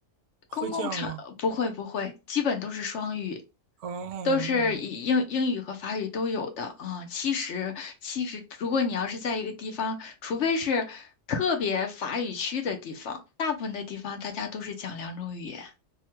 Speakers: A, on the right; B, on the left.
A: 会这样吗？
B: 公共场不会不会，基本都是双语，
A: 哦，
B: 都是以英英语和法语都有的啊。
A: 那。
B: 其实其实，如果你要是在一个地方，除非是特别法语区的地方，大部分的地方大家都是讲两种语言。